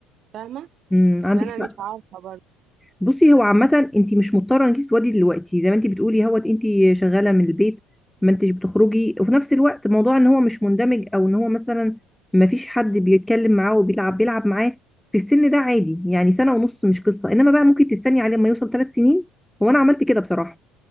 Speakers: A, on the right (about 40°); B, in the centre.
A: فاهمة
B: مم، عندك
A: فانا مش
B: حق
A: عارفة
B: بصي هو عامة انت مش مضطرة انك تسودي دلوقتي زي ما انت بتقولي هوت انت شغالة من البيت ما انتش بتخرجي وفي نفس الوقت موضوع ان هو مش مندمج او ان هو مثلا ما فيش حد بيتكلم معاه وبيلعب بيلعب معاه في السن ده عادي يعني سنة ونص مش قصة انما بقى ممكن تستني عليه لما يوصل ثلاث سنين هو انا عملت كده بصراحة